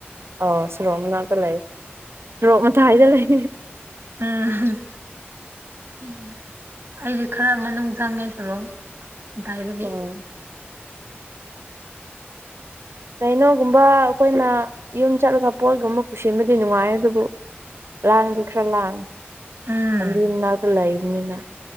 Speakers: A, on the right; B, on the right.
A: ꯑ ꯁꯔꯣꯡꯅꯥꯇ ꯂꯩ ꯁꯔꯣꯡ ꯃ ꯊꯥꯏꯗ ꯂꯩ
B: ꯎꯝ ꯎꯝ ꯑꯩꯗꯤ ꯈꯔ ꯃꯅꯨꯡ ꯆꯪꯉꯦ ꯁꯨꯔꯣꯡ ꯇꯥꯏꯕꯔꯤ
A: ꯎꯝ ꯀꯩꯅꯣꯒꯨꯝꯕ ꯑꯩꯈꯣꯏꯅ ꯌꯨꯝ ꯆꯠꯂꯒ ꯄꯣꯠꯒꯨꯝꯕ ꯄꯨꯁꯤꯟꯕꯗꯤ ꯅꯨꯡꯉꯥꯏ ꯑꯗꯨꯕꯨ ꯂꯥꯡꯗꯤ ꯈꯔ ꯂꯥꯡ
B: ꯎꯝ
A: ꯌꯥꯝꯕꯤ ꯏꯟꯅ ꯀ ꯂ ꯏꯅꯤꯅ